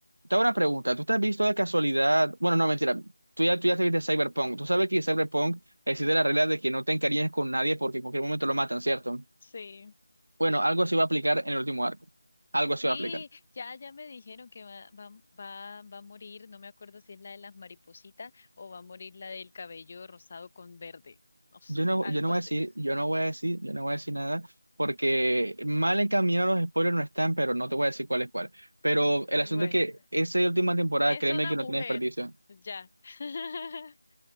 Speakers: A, on the right; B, on the left.
A: te hago una pregunta. ¿Tú te has visto de casualidad? Bueno, no, mentira. Tú ya, tú ya te viste Cyberpunk. Tú sabes que en Cyberpunk existe la regla de que no te encariñes con nadie porque en cualquier momento lo matan, ¿cierto?
B: Sí.
A: Bueno, algo se va a aplicar en el último arco. Algo se
B: Sí,
A: va a aplicar.
B: ya, ya me dijeron que va, va, va, va a morir, no me acuerdo si es la de las maripositas o va a morir la del cabello rosado con verde, no sé,
A: Yo no,
B: algo
A: yo no voy
B: así.
A: a decir, yo no voy a decir, yo no voy a decir nada porque mal encaminados los spoilers no están, pero no te voy a decir cuál es cuál. Pero el
B: Bueno,
A: asunto es que esa última temporada,
B: es
A: créeme
B: una
A: que no
B: mujer,
A: tiene desperdicio.
B: ya. <laughs>